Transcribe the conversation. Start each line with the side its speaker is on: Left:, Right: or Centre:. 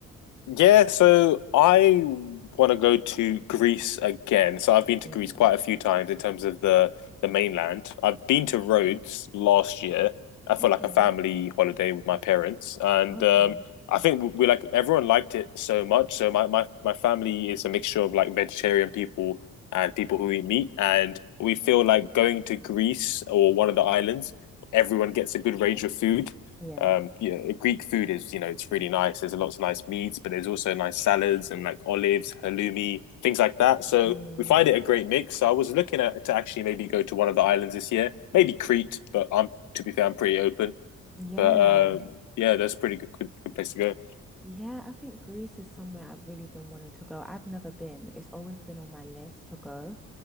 Left: Yeah, so I want to go to Greece again. So I've been to
Centre: Mm,
Left: Greece quite a few times in terms of the the mainland. I've been to Rhodes last year uh, for
Centre: okay,
Left: like a family holiday with my parents, and
Centre: okay.
Left: um, I think we, we like everyone liked it so much. So my, my my family is a mixture of like vegetarian people and people who eat meat, and we feel like going to Greece or one of the islands, everyone gets a good range of food.
Centre: Yeah.
Left: Um, you know, Greek food is you know it's really nice. There's lots of nice meats, but there's also nice salads and like olives, halloumi, things like that. So
Centre: Mm,
Left: we find it a great mix. So I was looking at to actually maybe go to one of the islands this year, maybe Crete, but I'm to be fair, I'm pretty open.
Centre: yeah.
Left: But um, yeah, that's a pretty good, good, good place to go.
Centre: Yeah, I think Greece is somewhere I've really been wanting to go. I've never been. It's always been on my list to go.